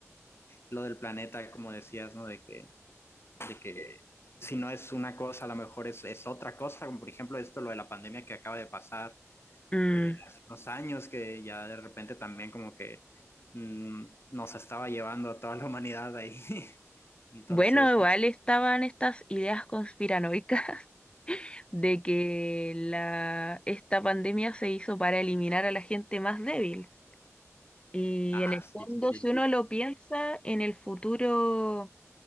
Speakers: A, on the left (about 50°); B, on the left (about 20°).
A: lo del planeta, como decías, ¿no? De que de que si no es una cosa, a lo mejor es, es otra cosa, como por ejemplo esto, lo de la pandemia que acaba de pasar
B: mm.
A: eh, hace unos años, que ya de repente también como que mm, nos estaba llevando a toda la humanidad ahí. <laughs> Entonces,
B: Bueno, igual
A: no
B: estaban estas ideas conspiranoicas <laughs> de que la, esta pandemia se hizo para eliminar a la gente más débil. Y
A: ah,
B: en el fondo,
A: sí, sí, sí.
B: si uno lo piensa, en el futuro,